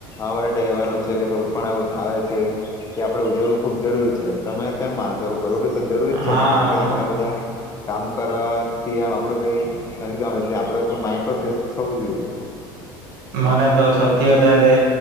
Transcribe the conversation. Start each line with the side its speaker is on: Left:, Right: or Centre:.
Left: આવાળા તહેવારો છે પણ આવે છે કે આપડે ઉજવું. ખુબ જરૂરી છે તમે કેમ માનો છો આવું કરોડું તો જરૂરી જ છે
Right: હા
Left: ને કારણ કે આટલા બધા. કામ કરવાથી આમ આપડું કઈ એટ આપડ માઇડ પણ ફેશ. સબ જોએ.
Right: મને તો સૌથી વધારે